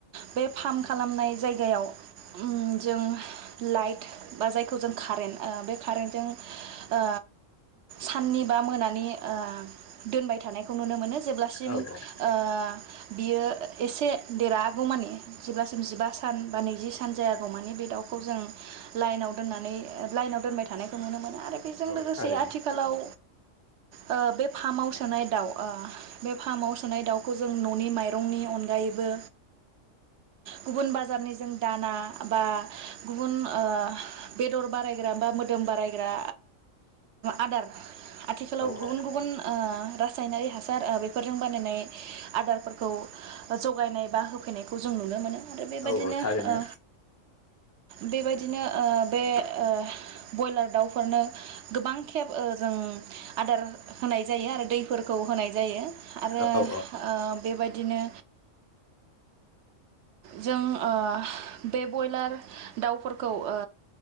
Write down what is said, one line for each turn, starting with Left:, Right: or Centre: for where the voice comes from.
Right: बे फार्म खालामनाय जायगायाव उम जों लाइट बा जायखौ जों कारेन्ट बे कारेन्टजों ओ साननि बा मोनानि ओ दोनबाय थानायखौ नुनो मोनो जेब्लासिम
Left: औ औ
Right: ओ बियो एसे देरहागौमानि जेब्लासिम जिबा सान बा नैजि सान जायागौ मानि बे दाउखौ जों लाइनाव दोननानै लाइनाव दोनबाय थानायखौ नुनो मोना आरो बेजों
Left: औ
Right: लोगोसे
Left: थारैनो
Right: आथिखालाव ओ बे फार्माव सोनाय दाउ बे फार्माव सोनाय दाउखौ जों न'नि माइरंनि अनगायैबो गुबुन बाजारनि जों दाना बा गुबुन ओ बेदर बारायग्रा बा मोदोम ओ बारायग्रा आदार आथिखालाव
Left: औ
Right: गुबुन
Left: औ
Right: ओ रासायनारि हासार ओ बेफोरजों बानायनाय आदारफोरखौ जगायनाय बा होफैनायखौ जों नुनो मोनो आरो बेबादिनो
Left: औ औ थारैनो
Right: ओ बेबायदिनो ओ बे ओ बयलार दाउफोरनो गोबां खेब ओ जों आदार होनाय जायो आरो दैफोर खौ होनाय जायो आरो
Left: औ
Right: ओ
Left: औ
Right: बेबायदिनो जों ओ बे बयलार दाउफोरखौ ओ